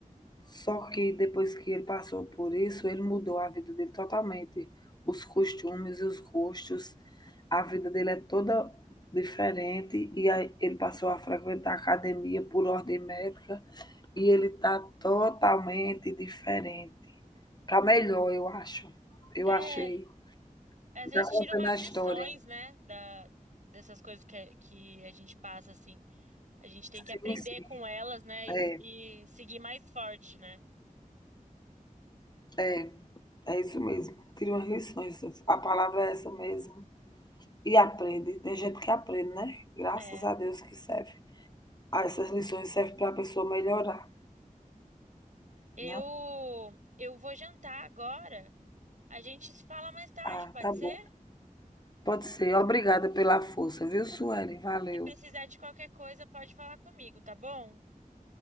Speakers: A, on the left; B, on the right.
A: Só que depois que ele passou por isso, ele mudou a vida dele totalmente. Os costumes e os gostos, a vida dele é toda diferente e aí ele passou a frequentar a academia por ordem médica e ele está totalmente diferente. Para melhor, eu acho. Eu
B: É,
A: achei.
B: às
A: está
B: vezes
A: contando
B: tira umas
A: a
B: lições,
A: história.
B: né, da dessas coisas que que a gente passa assim. A gente tem que
A: Sim,
B: aprender
A: sim.
B: com elas, né?
A: É.
B: E, e seguir mais forte, né?
A: É, é isso mesmo. Tira umas lições. A palavra é essa mesmo. E aprende. Tem gente que aprende, né? Graças
B: É.
A: a Deus que serve. Ah, essas lições servem para a pessoa melhorar,
B: Eu,
A: né?
B: eu vou jantar agora. A gente se fala mais tarde,
A: Ah,
B: pode
A: tá
B: ser?
A: bom. Pode ser. Obrigada pela força, viu, Sueli? Valeu.
B: Se precisar de qualquer coisa, pode falar comigo, tá bom?